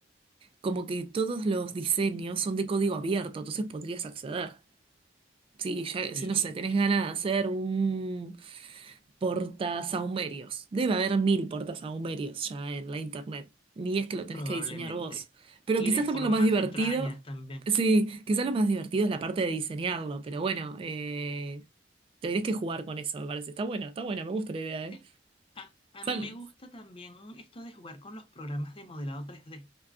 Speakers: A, on the right; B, on the left.
A: como que todos los diseños son de código abierto, entonces podrías acceder. Sí, ya,
B: Sí,
A: si no sé, tenés ganas de hacer un Portasahumerios. Debe haber mil portasahumerios ya en la internet. Ni es que lo tenés
B: probablemente.
A: que diseñar vos. Pero
B: Y
A: quizás
B: de formas
A: también lo más divertido.
B: extrañas también.
A: Sí, quizás lo más divertido es la parte de diseñarlo. Pero bueno, eh, tendrías que jugar con eso, me parece. Está buena, está buena, me gusta la idea,
B: Sí.
A: ¿eh?
B: A, a
A: Son-
B: mí me gusta también esto de jugar con los programas de modelado tres d